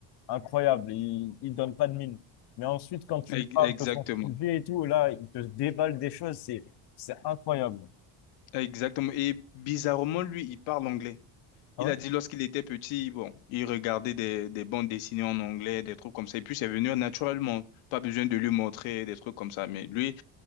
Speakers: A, on the left (about 55°); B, on the left (about 85°).
A: incroyable, il, il donne pas de mine. Mais ensuite, quand tu
B: Ex-
A: lui parles
B: Exactement.
A: de son sujet et tout, là, il te déballe des choses, c'est, c'est incroyable.
B: Exactement. Et bizarrement, lui, il parle anglais.
A: Ah
B: Il
A: ouais?
B: a dit lorsqu'il était petit, bon, il regardait des, des bandes dessinées en anglais, des trucs comme ça. Et puis, c'est venu naturellement. Pas besoin de lui montrer des trucs comme ça. Mais lui,